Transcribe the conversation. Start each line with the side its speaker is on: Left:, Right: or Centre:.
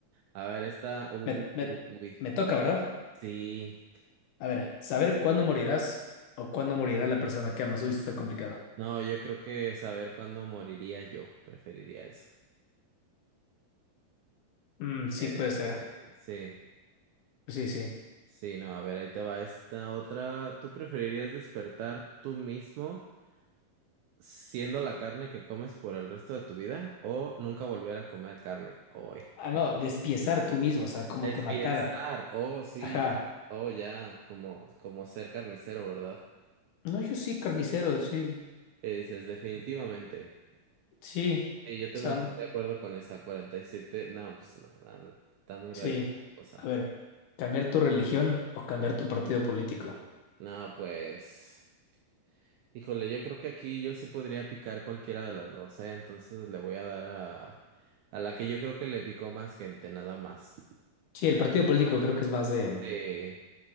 Right: A ver, esta. u-
Left: Me, me,
Right: u- Uy,
Left: me toca, ¿verdad?
Right: sí.
Left: A ver, saber cuándo morirás o cuándo morirá la persona que amas. Uy, esto está complicado.
Right: No, yo creo que saber cuándo moriría yo. Preferiría eso.
Left: Mm, sí,
Right: Eh,
Left: puede ser.
Right: sí. Sí.
Left: Sí, sí.
Right: Sí, no, a ver, ahí te va esta otra. ¿Tú preferirías despertar tú mismo siendo la carne que comes por el resto de tu vida o nunca volver a comer carne hoy?
Left: Ah, no, despiezar tú mismo, o sea, como
Right: Es
Left: que matar.
Right: pensar, oh sí,
Left: Ajá.
Right: ya- oh ya, como, como ser carnicero, ¿verdad?
Left: No, yo sí, carnicero, sí,
Right: ¿Qué dices? Definitivamente.
Left: sí.
Right: Y yo también
Left: O sea,
Right: estoy de acuerdo con esa 47. No, pues no, no, está muy
Left: sí.
Right: radical la cosa.
Left: A ver, cambiar tu religión o cambiar tu partido político.
Right: No, pues. Híjole, yo creo que aquí yo sí podría picar cualquiera de las dos, ¿eh? Entonces le voy a dar a, a la que yo creo que le picó más gente, nada más.
Left: Sí, el partido político creo que es más de...
Right: Eh,